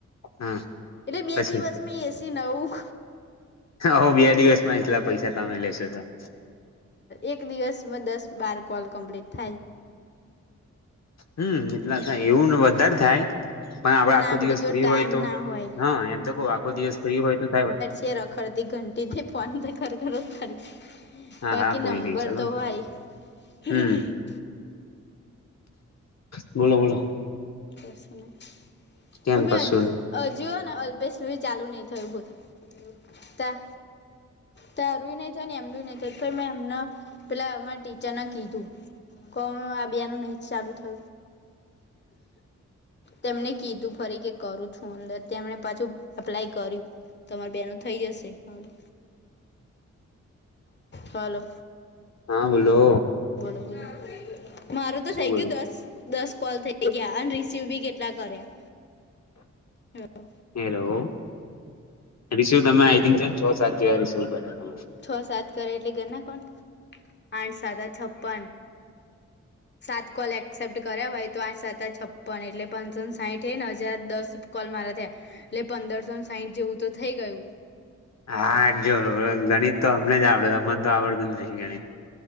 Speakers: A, on the left; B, on the left.
A: હા
B: એટલે બે
A: પછી
B: દિવસ અમે એસી નવું.
A: હો બે દિવસમાં એટલા પૈસા કમાઈ લેશો તમે
B: એક દિવસમાં દસ બાર કોલ કમ્પ્લીટ થાય.
A: હમ એટલા થાય એવું ને વધાર થાય. પણ આપડે આખો
B: આપણી
A: દિવસ
B: જો
A: ફ્રી
B: ટાઈમ
A: હોય તો
B: ના હોય
A: હા એમ તો કહું આખો દિવસ ફ્રી હોય તો થાય વળી.
B: તે રખડતી ઘંટી ભી ફોન પે કર કર જ કરે
A: હા
B: બાકી
A: હા કોઈ
B: નંબર
A: નઈ ચાલો
B: તો હય
A: હમ
B: <unintelligible>
A: બોલો બોલો.
B: <unintelligible>
A: કેમ
B: બન મ્મી
A: કશું નહી
B: આજ <unintelligible> હજઓ ને અલ્પેેશ સુધી ચાલુ નહી થયું બોલ આવું તા તારું નહી થયુ ને એમનું નહી થયું મે એમના પેલા અમારા ટીચર ને કીધું. કો આ બે નું નહીં ચાલુ થયું. તેમને કીધું ફરી કે કરું છું અંદર તેમને પાછું એપ્લાય કર્યું. તમાર બેનો થઈ જશે હાલો હલો.
A: હા બોલો.
B: બોલો બોલો મારું તો
A: શું
B: થઇ
A: બોલો
B: ગયું દસ દસ કોલ થઈ ગયા અને રીસીવ બી કેટલા કર્યા. હાલો.
A: હેલો રિશી તમે આઈ થિન્ક છે ને છ સાત જેવા રીસીવ કર્યા તમે
B: છ સાત કરે એટલે ઘરના કોણ આઠ સાત આ છપ્પન સાત કોલ એક્સેપ્ટ કર્યા હોય તો આઠ સાત આઠ છપ્પન એટલે પંચોન સાઠ એને હજાર દસ કોલ મારા થયા એટલે પંદરસોને સાહીઠ જેવું તો થઈ ગયું.
A: હા જો ગણિત તો હમને જ આવડે છે અમને તો આવડતું જ નહી ગણિત.